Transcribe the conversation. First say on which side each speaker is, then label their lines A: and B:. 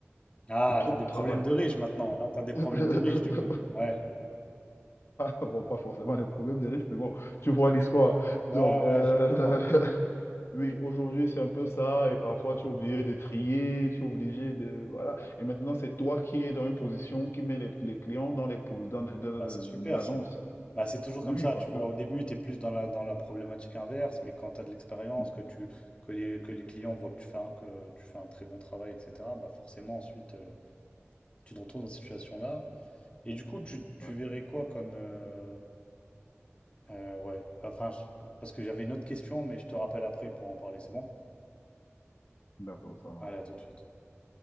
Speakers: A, on the left; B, on the left.
A: Ah,
B: de trop
A: t'as
B: de
A: des
B: travail.
A: problèmes de riches maintenant. Là, t'as des problèmes
B: <laughs>
A: de riches, du coup. Ouais,
B: Bon, pas forcément des problèmes des riches, mais bon, tu vois l'histoire.
A: ouais,
B: Donc, euh,
A: ouais, je comprends.
B: <laughs> oui, aujourd'hui, c'est un peu ça. Et parfois, tu es obligé de trier, tu es obligé de... Voilà. Et maintenant, c'est toi qui es dans une position qui met les, les clients dans les pos- dans, dans- dans
A: Bah, c'est super,
B: l'agence.
A: ça. Bah, c'est toujours
B: Oui,
A: comme ça,
B: parce
A: tu
B: que...
A: vois. Au début, tu es plus dans la, dans la problématique inverse, mais quand tu as de l'expérience,
B: Mhm.
A: que tu, que les, que les clients voient que tu fais un, que tu fais un très bon travail, etc., bah forcément, ensuite, euh, tu te retrouves dans cette situation-là. Et du coup, tu, tu
B: Ouais,
A: verrais quoi comme. euh, euh, ouais, enfin, je- parce que j'avais une autre question, mais je te rappelle après pour en parler, c'est bon?
B: d'accord, ça marche.
A: Allez, à tout de suite.